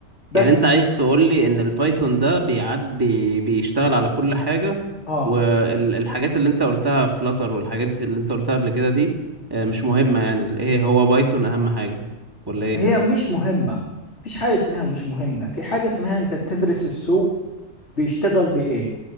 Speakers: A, on the left (about 60°); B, on the right (about 15°).
A: بس
B: يعني انت عايز تقول لي ان البايثون ده بيعد بي... بيشتغل على كل حاجة
A: اه
B: والحاجات اللي انت قلتها فلاتر والحاجات اللي انت قلتها قبل كده دي آه، مش مهمة يعني ال- ايه هو بايثون اهم حاجة ولا ايه
A: هي مش مهمة مفيش حاجة اسمها مش مهمة في حاجة اسمها انت بتدرس السوق بيشتغل بايه